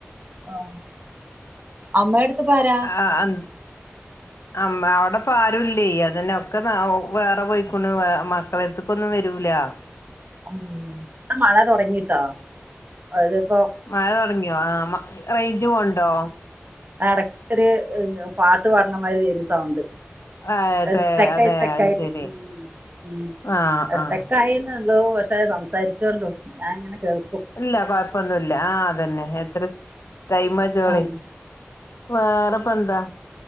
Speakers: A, on the right; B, on the left.
A: ആഹ് അമ്മേട്ത്ത്പാരാ
B: ആഹ് അൻ അമ്മേ അവ്ടപ്പാരുല്ലേ അതന്നെ ഒക്കെ ന ഒഹ് വേറെ പോയ്ക്കുനു ക്കളര്ത്ത്ക്കൊന്നും വരൂലാ
A: ഉം ടെ മഴ തൊടങ്ങീട്ടോ അത്പ്പോ
B: മഴ തൊടങ്ങ്യോ ആഹ് റൈഞ്ച് പോണ്ടോ
A: ആഹ് ടക്കൊര് പാട്ട് പാട്നമാരി എരി സൗണ്ട്
B: ആ അതെ
A: അത് സ്റ്രേക്കായി
B: അതെ
A: സ്റ്രേക്കാകായിട്ട്
B: അത് ശരി
A: ഉം ഉം
B: ആ
A: അഹ്
B: ആ
A: സ്റ്രേക്കായേ ള്ളോവ് പക്ഷേ സംസാരിച്ചോണ്ടു ഞാൻങ്ങനെ കേൾക്കും
B: ഇല്ല കൊഴപ്പൊന്നുല്ല ആഹ് അതന്നെ എത്രസ് ടൈമ് ജോളി
A: ആഹ്
B: വേറപന്താ